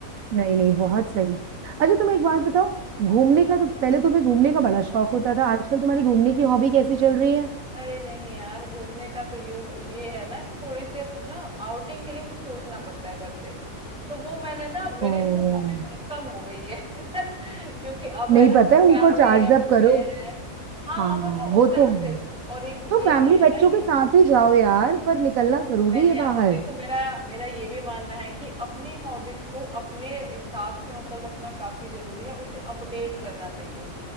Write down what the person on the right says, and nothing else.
नहीं नहीं बहुत सही अच्छा तुम एक बात बताओ घूमने
का तो पहले तुम्हें घूमने का बड़ा शौक होता था आजकल तुम्हारी घूमने की हॉबी कैसी चल रही है
ओ
नहीं
पता
है उनको चार्ज
अप करो
हाँ
वो
तो
है
तो फैमिली
बच्चों
के साथ ही जाओ यार पर निकलना जरूरी
है
बाहर